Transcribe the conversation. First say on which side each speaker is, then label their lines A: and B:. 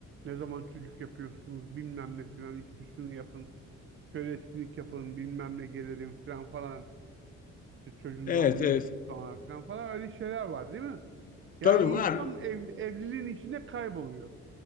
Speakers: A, on the right; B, on the left.
A: Ne zaman çocuk yapıyorsunuz bilmem ne filan işte şunu yapın. Şöyle etkinlik yapın bilmem ne gelelim filan falan. İşte çocuğun
B: Evet
A: doğum günü
B: evet.
A: kutlama filan falan öyle şeyler var değil mi? Yani
B: Tabii var.
A: insan ev- evliliğin içinde kayboluyor.